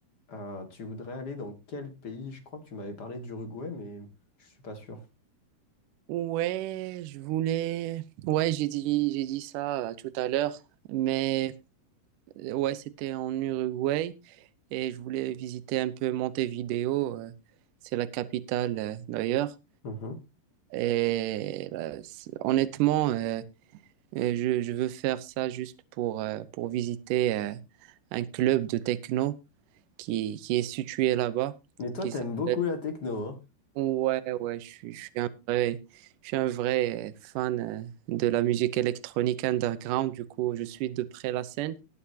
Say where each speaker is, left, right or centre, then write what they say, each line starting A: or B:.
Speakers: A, on the left; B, on the right.
A: Euh, tu voudrais aller dans quel pays? Je crois que tu m'avais parlé d'Uruguay, mais je suis pas sûr.
B: Ouais, je voulais... Ouais, j'ai dit, j'ai dit ça euh, tout à l'heure, mais euh, ouais, c'était en Uruguay. et je voulais visiter un peu Montevideo. euh, c'est la capitale euh, d'ailleurs.
A: Mhm.
B: Et là, honnêtement, euh, euh, je, je veux faire ça juste pour, euh, pour visiter euh, un club de techno qui, qui est situé là-bas,
A: Mais toi,
B: qui
A: t'aimes
B: s'appelle...
A: beaucoup la techno, hein?
B: Ouais, ouais, je, suis je suis un vrai, je suis un vrai euh, fan euh, de la musique électronique underground. Du coup, je suis de près la scène.